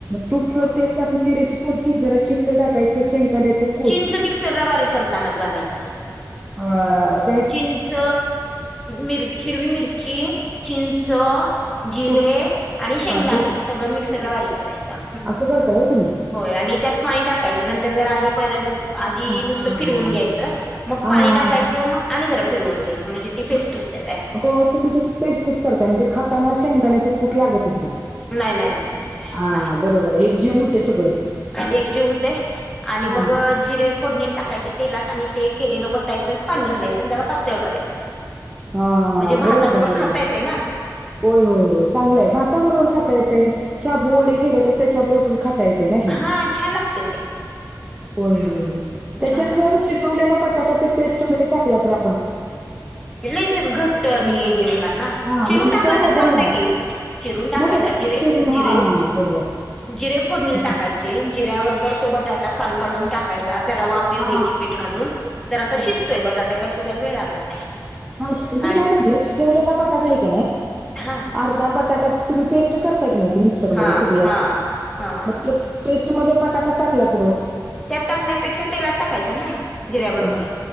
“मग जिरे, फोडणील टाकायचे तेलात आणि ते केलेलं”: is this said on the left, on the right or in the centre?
Centre